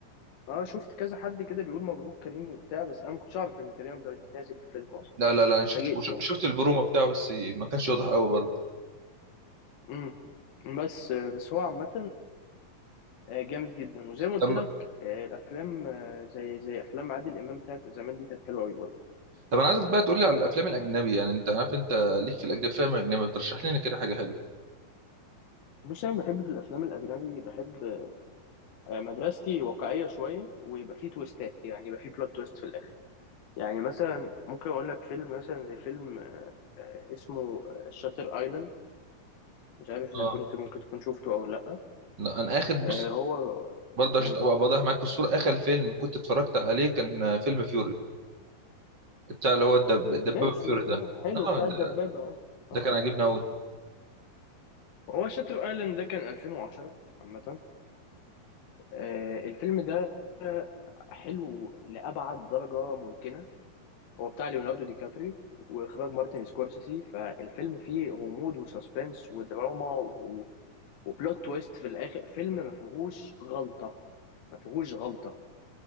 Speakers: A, on the left; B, on the right.
A: اه شفت كذا حد كده بيقول مبروك كريم وبتاع بس انا ما كنتش اعرف ان كريم عبد العزيز نازل بفيلم اصلا
B: لا لا لا انا شفت
A: اتفاجئت
B: وش-
A: يعني
B: شفت البرومو بتاعه بس ما كانش واضح قوي برضه
A: امم بس بس هو عامة آه، جامد جدا وزي ما قلت
B: طب
A: لك آه، الافلام آه، زي زي افلام عادل امام بتاعت زمان دي كانت حلوه قوي برضه
B: طب انا عايزك بقى تقول لي على الافلام الاجنبي يعني انت عارف انت ليك في الاجنبي فيلم اجنبي ترشح لنا كده حاجه حلوه
A: بص انا بحب في الافلام الاجنبي بحب آه، مدرستي واقعيه شويه ويبقى فيه تويستات يعني يبقى فيه بلوت تويست في الاخر يعني مثلا ممكن اقول لك فيلم مثلا زي فيلم آه، آه، اسمه شاتر ايلاند مش عارف اذا
B: اه
A: كنت ممكن تكون شفته او لا
B: لا، انا اخد
A: آه،
B: بص
A: هو
B: برضه عشان
A: مم.
B: ابقى واضح معاك في الصوره اخر فيلم كنت اتفرجت عليه كان فيلم فيوري بتاع اللي هو الدب- الدبابه
A: ماشي
B: فيوري
A: اه
B: ده
A: حلو
B: اه
A: بتاع
B: ده
A: الدبابه اه اه
B: ده كان عاجبني قوي
A: هو شاتر ايلاند ده كان 2010 عامه آه، الفيلم ده حلو لأبعد درجة ممكنة هو بتاع ليوناردو دي كابريو وإخراج مارتن سكورسيسي فالفيلم فيه غموض وسسبنس ودراما و... وبلوت تويست في الآخر فيلم ما فيهوش غلطة ما فيهوش غلطة